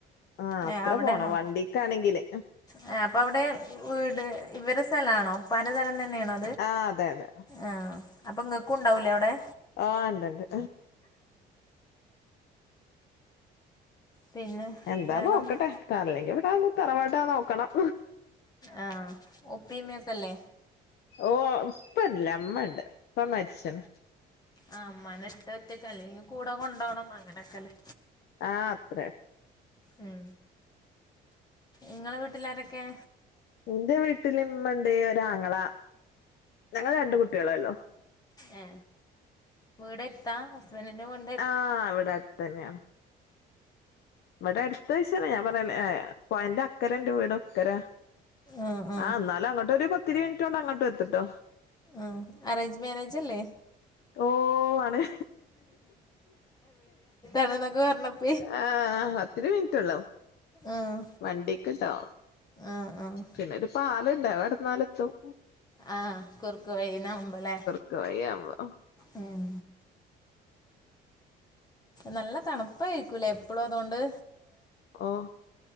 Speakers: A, on the left; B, on the left.
A: ആഹ് അത്ര
B: ഏഹ് അവിടാണോ
A: പോണം വണ്ടിക്കാണെങ്കില്
B: ആ അപ്പൊ അവിടെ വീട് ഇവരെ സ്ഥലാണോ ഉപ്പന്റെ സ്ഥലം തന്നെയാണോ
A: ആഹ് അതെ അതെ.
B: ആആ അപ്പം ഇങ്ങക്കും ഉണ്ടാവുല്ലേ അവിടെ
A: ആഹ് ഉണ്ട്ണ്ട്.
B: പിന്നെ
A: എന്താ
B: വേറെന്താ
A: നോക്കട്ടെ തറല്ലെങ്കി ഇവിടെ തറവാട്ടാന്ന് നോക്കണം
B: ആ ഉപ്പി ഇമ്മക്കല്ലേ
A: ഓ ഇപ്പല്ല മ്മണ്ട് ഇപ്പ മരിച്ചതാ
B: ആ ഉമ്മാനെ <unintelligible> അല്ലെങ്കിൽ കൂടെ കൊണ്ടോണം അങ്ങനൊക്കെ അല്ലേ
A: ആ അത്രേ
B: ഉം ഇങ്ങളെ വീട്ടിലാരൊക്കെയാ
A: ന്റെ വീട്ടില ഇമ്മണ്ട് ഒരു ആങ്ങള, ഞങ്ങൾ രണ്ട് കുട്ടികളള്ളൂ.
B: ഏ വീടെടുത്താ? വെരിന്ന മണ്ട.
A: ആഹ് ഇവിടെ അടുത്ത് തന്നെയാണ്. വടെ എടുത്തന്ന് വെച്ച ഞൻ <unintelligible> പോയന്റെ അക്കരന്റ എന്റെ അക്കരന്റെ, വീട ഒക്കര
B: ആഹ് ആഹ്
A: ആ.. എന്നാലും അങ്ങോട്ട് ഒരു പത്തിരു മിന- പോണ്ട് അങ്ങോട്ടും എത്തിട്ടോ.
B: ആഹ് അറേഞ്ച് മേരേജ് അല്ലേ?
A: ഓഹ് ആണ്...
B: അനുനൊക്കെ പറഞ്ഞപ്പോ-
A: ആഹ് പതിരുമ്മിനിറ്റ്ള്ളൂ
B: ആഹ്
A: വണ്ടിക്ക് ഇട്ടോ.
B: ആഹ് ആഹ്
A: പിന്നെ ഒരു പാലൻഡ് വടന്നാല് എത്തും.
B: ആഹ് കുറുക്ക വഴനവുമ്പലേ?
A: കുറുക്കുവായിയകുമ്പോ.
B: ഉം... നല്ല തണുപ്പായിരിക്കൂല്ലേ എപ്പോഴും അതോണ്ട്.
A: ഓഹ്